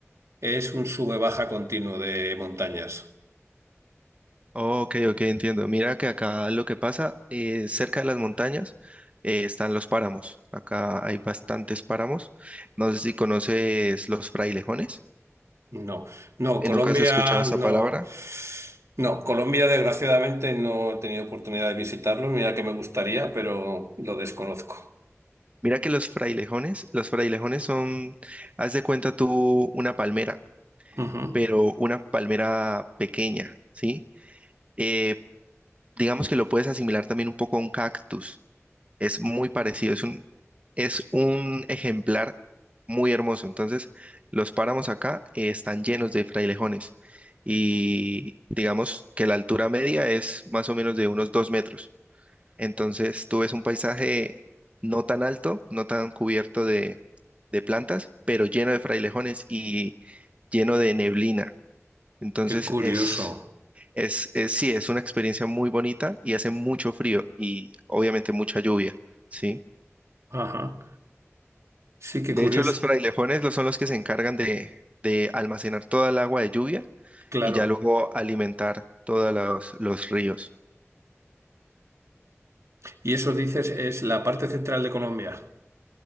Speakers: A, on the right; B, on the right.
A: es un sube-baja continuo de montañas.
B: Oh, ok, ok, entiendo. Mira que acá lo que pasa, eh, cerca de las montañas eh, están los páramos. Acá hay bastantes páramos. No sé si conoces los frailejones.
A: No, no,
B: Eh,
A: Colombia
B: ¿Nunca has escuchado esa
A: no.
B: palabra?
A: No, Colombia desgraciadamente no he tenido oportunidad de visitarlo, mira que me gustaría, pero lo desconozco.
B: Mira que los frailejones, los frailejones son, haz de cuenta tú una palmera.
A: Ujú.
B: pero una palmera pequeña, ¿sí? Eh, digamos que lo puedes asimilar también un poco a un cactus. Es muy parecido, es un, es un ejemplar muy hermoso. Entonces, los páramos acá eh, están llenos de frailejones y digamos que la altura media es más o menos de unos dos metros. Entonces, tú ves un paisaje no tan alto, no tan cubierto de, de plantas, pero lleno de frailejones y lleno de neblina. Entonces
A: Qué curioso.
B: es, es, es- sí, es una experiencia muy bonita y hace mucho frío y obviamente mucha lluvia, ¿sí?
A: Ajá. Sí, qué
B: De
A: curioso.
B: hecho, los frailejones los- son los que se encargan de, de almacenar toda el agua de lluvia
A: Claro.
B: y ya luego alimentar todos los, los ríos.
A: Y eso dices es la parte central de Colombia.